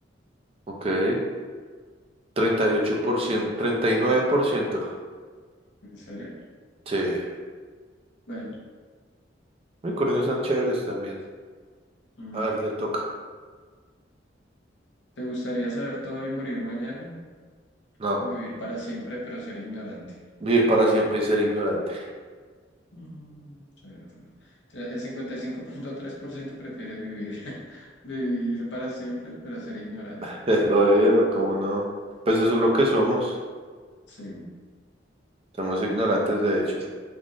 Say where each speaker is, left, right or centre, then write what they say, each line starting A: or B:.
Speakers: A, on the right (about 30°); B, on the left (about 70°).
A: Ok. treinta y ocho por ciento. treinta y nueve por ciento.
B: ¿En serio?
A: Sí.
B: Bueno,
A: Unicornios son chéveres también.
B: mm,
A: A ver, le toca.
B: ¿te gustaría saber todo y morir mañana?
A: No.
B: ¿O vivir para siempre pero ser ignorante?
A: Vivir para siempre y ser ignorante.
B: Mm, soy una flor. Entonces, El cincuenta y cinco punto tres por ciento prefiere vivir, <laughs> vivir para siempre, pero ser ignorante.
A: <laughs> obvio ¿cómo no? Pues eso es lo que somos.
B: Sí,
A: Somos ignorantes, de hecho.